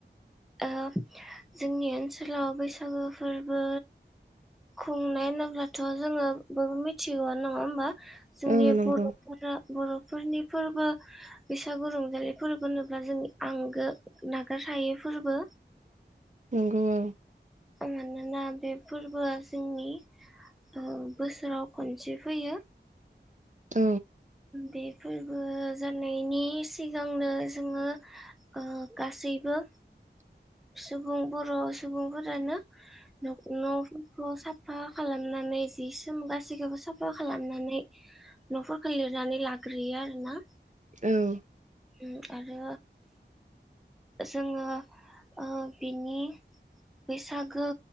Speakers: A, in the centre; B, on the right.
A: ओ जोंनि ओनसोलाव बैसागो फोरबो खुंनाय होनोब्लाथ' जोङो बयबो मिथिगौ नङा होमबा? जोंनि
B: औ नंगौ
A: बर'फोरा बर'फोरनि फोरबो बैसागु रंजालि फोरबो होनो ब्ला जोंनि आंगो नागार हायै फोरबो।
B: नंगौ ओं।
A: मानोना बे फोरबोआ जोंनि ओ बोसोराव खनसे फैयो।
B: औ।
A: बे फोरबो जानायनि सिगांनो जोङो ओ गासैबो
B: <inaudible>
A: सुबुं बर' सुबुंफोरानो न' न'फोरखौ साफा खालामना नै जि सोम गासिखौबो साफा खालामनानै न'फोरखौ लिरनानै लाग्रोयो आरो ना।
B: औ।
A: ओम आरो जोङो ओ बिनि बैसागो